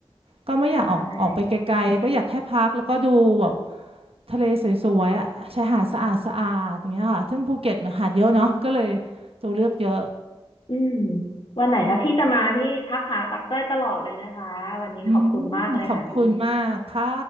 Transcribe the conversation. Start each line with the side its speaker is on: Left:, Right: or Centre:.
Right: ก็ไม่อยากออกออกไปไกลๆก็อยากแค่พักแล้วก็ดูแบบ
Left: ใช่
Right: ทะเลสวยๆอะชายหาดสะอาดสะอาดอย่างเงี้ยค่ะซึ่งภูเก็ตมันหาดเยอะเนาะก็เลยตัวเลือกเยอะ
Left: อืมวันไหนถ้าพี่จะมาพี่ทักหาตักได้ตลอดเลยนะคะวันนี้ขอบคุณมากเลยค่ะพี่
Right: อืมขอบคุณมากค่ะ